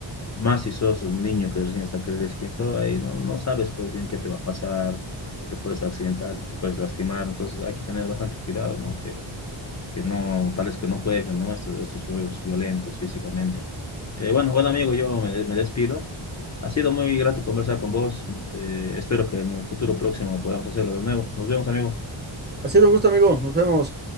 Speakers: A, on the left; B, on the right.
A: Más si sos un niño que recién está creciendo, ahí no, no sabes pues bien qué te va a pasar, si te puedes accidentar, si te puedes lastimar, entonces hay que tener bastante cuidado, ¿no? Que, que no, tales que no jueguen, ¿no? Estos, estos juegos violentos físicamente. Eh, bueno, bueno amigo, yo me, me despido. Ha sido muy grato conversar con vos. Eh, espero que en un futuro próximo podamos hacerlo de nuevo. Nos vemos, amigo.
B: Ha sido un gusto, amigo. Nos vemos.